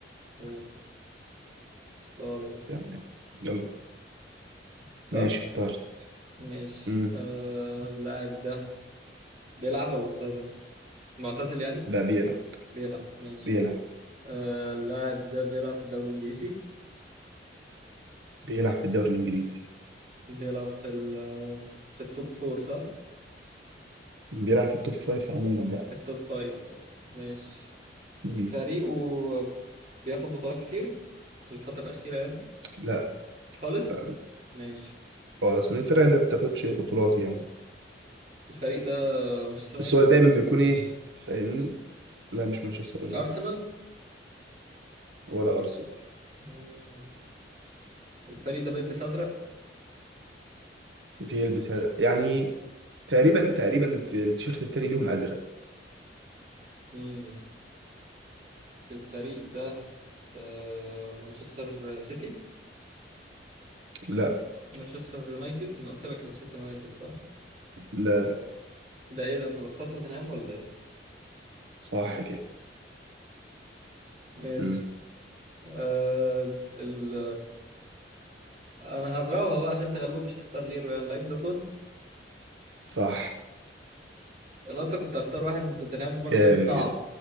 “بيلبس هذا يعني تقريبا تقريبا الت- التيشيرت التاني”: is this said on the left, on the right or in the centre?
Right